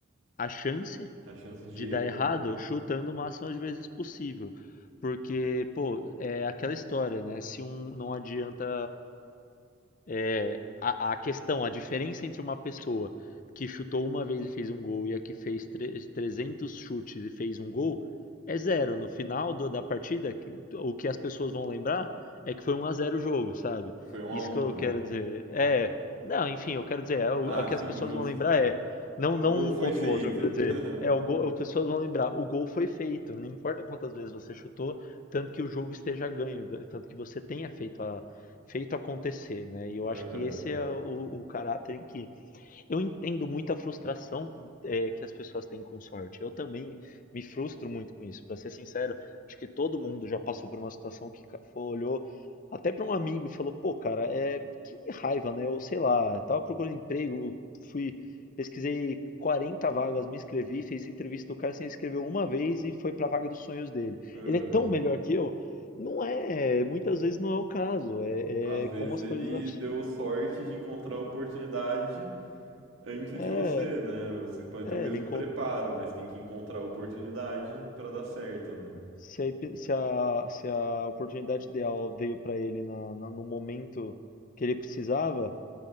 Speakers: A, on the left (about 40°); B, on the right (about 75°).
A: a chance
B: A chance de
A: de
B: erro,
A: dar errado
B: né?
A: chutando o máximo de vezes possível. Porque, pô, é aquela história, né? Se um não adianta é, a, a questão, a diferença entre uma pessoa que chutou uma vez e fez um gol e a que fez tre- 300 chutes e fez um gol é zero. No final do- da partida, que- o que as pessoas vão lembrar é que foi um a zero o jogo, sabe?
B: Foi um
A: Isso
B: a um,
A: que eu quero
B: né?
A: É. dizer. É, não, enfim, eu quero dizer, é, o,
B: Ah,
A: o que
B: sim,
A: as pessoas
B: justo.
A: vão lembrar é não,
B: O
A: não
B: gol
A: um
B: foi
A: contra
B: feito.
A: o outro, eu quero
B: <laughs>
A: dizer, é o gol, as pessoas vão lembrar, o gol foi feito, não importa quantas vezes você chutou, tanto que o jogo esteja ganho, tanto que você tenha feito a, feito acontecer, né? E eu
B: Aham,
A: acho que esse é o, o caráter em que eu entendo muito a frustração é, que as pessoas têm com sorte. Eu também me frustro muito com isso. Para ser sincero, acho que todo mundo já passou por uma situação que ca- foi- olhou até para um amigo e falou: pô, cara, é que raiva, né? Eu sei lá, tava procurando emprego, fui pesquisei 40 vagas, me inscrevi, fiz entrevista do cara, se inscreveu uma vez e foi para a vaga dos sonhos dele.
B: aham.
A: Ele é tão melhor que eu. Não é, muitas vezes não é o caso. É,
B: Às
A: é
B: vezes
A: como as
B: ele
A: coisas. af-
B: deu sorte de encontrar a oportunidade antes
A: É,
B: de você, né? Vocês podem
A: é,
B: ter o mesmo
A: ele encontrou.
B: preparo, mas tem que encontrar a oportunidade pra dar certo, né?
A: Se a, epi- se a, se a oportunidade ideal veio para ele na, na- no momento que ele precisava,